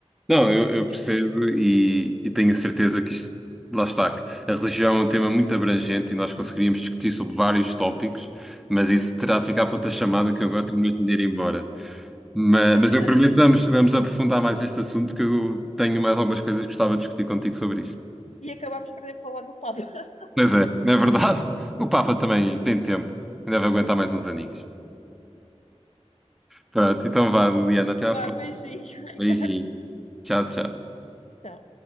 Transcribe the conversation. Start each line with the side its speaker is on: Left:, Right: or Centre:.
Centre: Não, eu, eu percebo e, e tenho a certeza que isto, lá está, que a religião é um tema muito abrangente e nós conseguiríamos discutir sobre vários tópicos, mas isso terá de ficar para outra chamada que eu agora tenho mesmo de ir embora. Mas,
Left: Tudo
Centre: mas eu
Left: bem.
Centre: prometo que vamos, vamos aprofundar mais este assunto, que eu tenho mais algumas coisas que gostava de discutir contigo sobre isto.
Left: e acabámos por nem falar do Papa. <laughs>
Centre: Pois é, não é verdade? O Papa também tem tempo, ainda vai aguentar mais uns aninhos. Pronto, então vá, Liliana, até à
Left: Vá,
Centre: próxima.
Left: beijinho, Ricardo.
Centre: Beijinho. Tchau, tchau.
Left: Tchau.